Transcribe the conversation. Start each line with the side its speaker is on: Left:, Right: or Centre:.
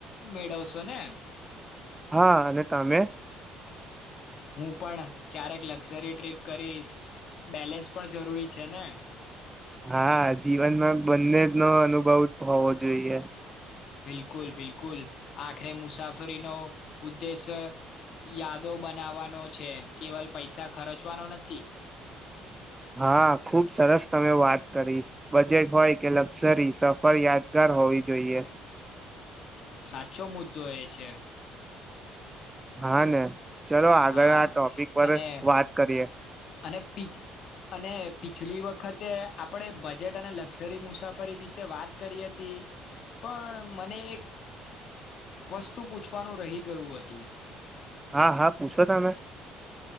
Left: મેળવશો ને?
Right: હા અને તમે?
Left: હું પણ ક્યારેક લક્ઝરી ટ્રીપ કરીશ બેલેન્સ પણ જરૂરી છે ને.
Right: હા જીવનમાં બંને જ નો અનુભવ હોવો જોઈએ.
Left: બિલકુલ બિલકુલ, આખરે મુસાફરીનો ઉદ્દેશ યાદો બનાવવાનો છે કેવલ પૈસા ખર્ચવાનો નથી.
Right: હા ખુબ સરસ તમે વાત કરી બજેટ હોય કે લક્ઝરી સફર યાદગાર હોવી જોઈએ.
Left: સાચો મુદ્દો એ છે.
Right: હા ને. ચલો આગળ
Left: હા
Right: આ ટોપિક પર
Left: અને
Right: વાત કરીએ.
Left: અને પી અને પીછલી વખતે આપણે બજેટ અને લક્ઝરી મુસાફરી વિશે વાત કરી હતી, પણ મને એક વસ્તુ પૂછવાનું રહી ગયું હતું.
Right: હા હા પૂછો તમે.